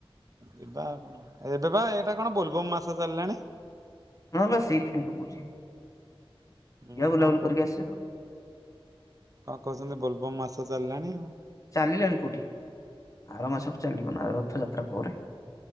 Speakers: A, on the right (about 35°); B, on the left (about 35°).
A: ଯିବା ଆଉ କଣ, ଏବେ ବା, ଏଇଟା କଣ ବୋଲବମ୍ ମାସ ଚାଲିଲାଣି।
B: ହଁ ବା ସେଇଥି ପାଇଁ ତ କୋହୁଚି। ଯିବା
A: ହୁଁ
B: ବୁଲାବୁଲି
A: କଣ
B: କରିକି ଆସିବା ଆଉ।
A: କଁ କୋହୁଚନ୍ତି ବୋଲବମ୍ ମାସ ଚାଲଲାଣି ଆଉ।
B: ଚାଲିଲାଣି କୋଉଠି, ଆର ମାସଠୁ ଚାଲିବନା ରଥଯାତ୍ରା ପରେ।